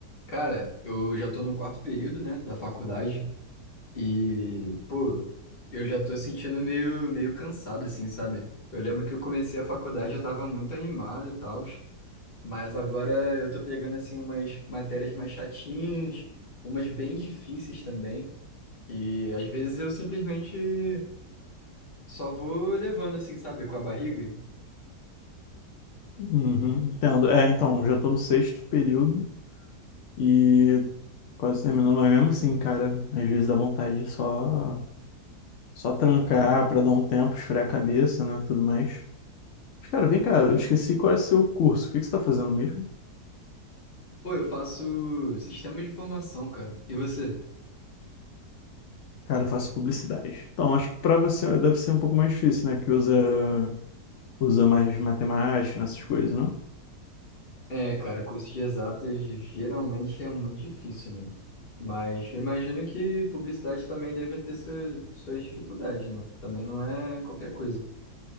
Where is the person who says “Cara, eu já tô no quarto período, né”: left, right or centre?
Left